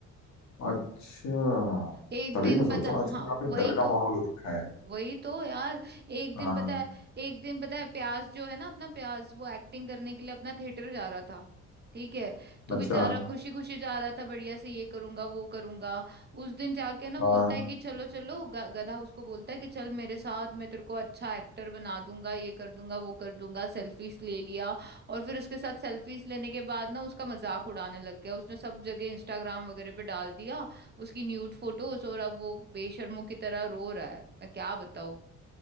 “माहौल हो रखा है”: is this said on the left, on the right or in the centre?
Left